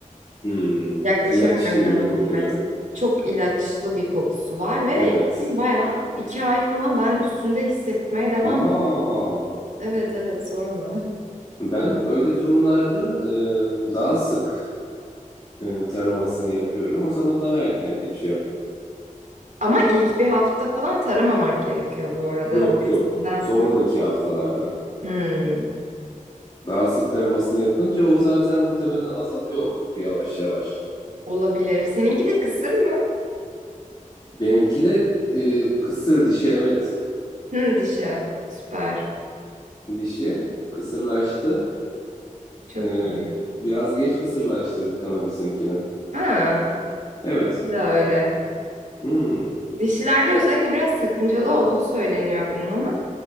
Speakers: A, on the left (about 35°); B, on the right (about 65°).
A: Hmm.
B: <laughs> yaklaşamıyorum
A: İlaç gibi
B: yanına
A: mi kokuyor?
B: birkaç. Çok ilaçlı bir kokusu var ve
A: Evet.
B: yani bayağı iki ay falan ben üstünde hissetmeye devam.
A: Aa,
B: Evet evet sorma.
A: ben öyle durumlarda e, daha sık e, taramasını yapıyorum. O zaman daha erken geçiyor.
B: Ama ilk bir hafta falan taramamak gerekiyor bu arada.
A: Yok
B: Testinden
A: yok. Sonraki haftalarda.
B: hmm,
A: Daha sık taramasını yapınca o zaten muhtemelen azalıyor o koku yavaş yavaş.
B: olabilir. Seninki de kısır mı?
A: Benimki de e, kısır dişi evet.
B: Hmm, dişi. Süper.
A: Dişi kısırlaştı.
B: Çok
A: E,
B: iyi.
A: biraz geç kısırlaştırdık ama bizimkini.
B: Ha,
A: Evet.
B: de öyle.
A: Hmm,
B: Dişilerde özellikle biraz sakıncalı olduğu söyleniyor bunun ama.